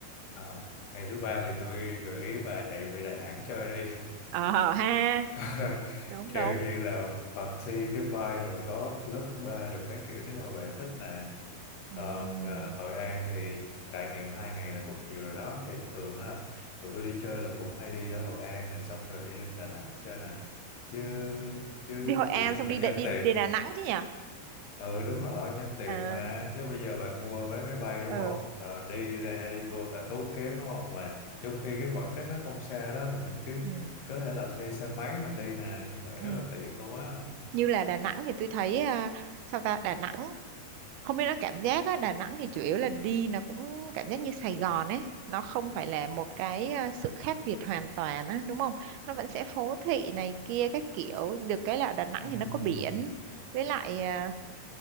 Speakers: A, on the left (about 80°); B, on the right (about 80°).
A: À, ngày thứ ba thì tôi gửi bà chạy về Đà Nẵng chơi đi
B: ờ ha
A: <laughs>
B: đúng
A: kiểu
B: đúng
A: như là party cái vibe rồi có club bar rồi các kiểu nếu mà bạn thích nè
B: Ừm.
A: còn ờ, Hội An thì trải nghiệm hai ngày là cũng nhiều rồi đó thì thường là tụi tôi đi chơi là cũng hay đi ở Hội An rồi xong rồi đi đến Đà Nẵng chơi nè chứ chứ
B: đi Hội An
A: kiểu như
B: xong
A: là
B: đi đi
A: nhân tiện
B: đi Đà Nẵng chứ nhỉ
A: ừ đúng rồi nhân tiện
B: À,
A: mà chứ bây giờ bạn mua vé máy bay đúng
B: ờ,
A: không Rồi đi ra đi vô đã tốn kém đúng không mà trong khi cái khoảng cách nó không xa đó thì mình cứ
B: ừ,
A: có thể là thuê xe máy mình đi nè như vậy
B: ừ.
A: rất là tiện luôn á
B: Như là Đà Nẵng thì tôi thấy à, sao ta Đà Nẵng không biết nó cảm giác á, Đà Nẵng thì chủ yếu là đi nó cũng cảm giác như Sài Gòn ấy, nó không phải là một cái à, sự khác biệt hoàn toàn á, đúng không? Nó vẫn sẽ phố thị này kia các kiểu, được cái là ở Đà Nẵng
A: Ừm,
B: thì nó có biển, với lại à,